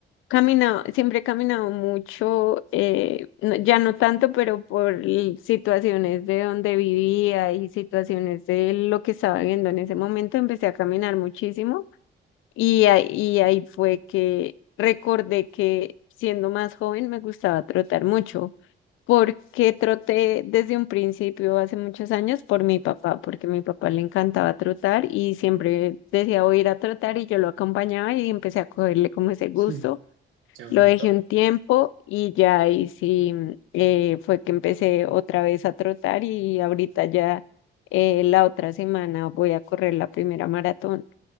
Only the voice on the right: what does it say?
Mm, Qué bonito.